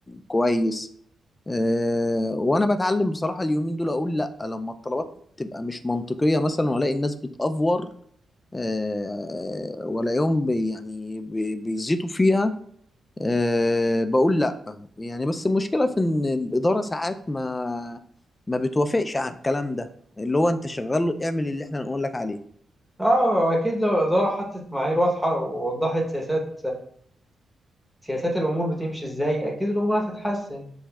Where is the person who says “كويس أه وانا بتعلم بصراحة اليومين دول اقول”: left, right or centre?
Left